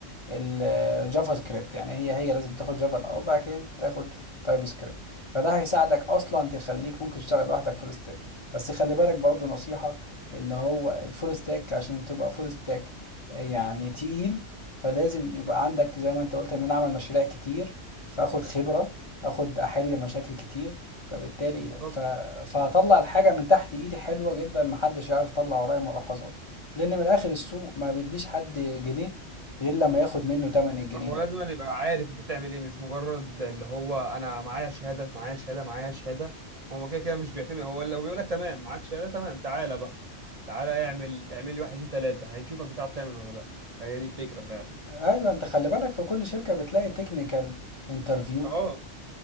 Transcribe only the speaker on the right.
بالظبط
هو
لازم أن يبقى عارف انت بتعمل ايه مش مجرد اللي هو انا معايا شهاده معايا شهاده معايا شهاده هو كده كده مش بيعتمد هو لو بيقول لك تمام معاك شهاده تمام تعالى بقى تعالى اعمل اعمل لي واحد اتنين تلاته هيشوفك بتعرف تعمل ولا لا هي دي الفكره فعلا
اه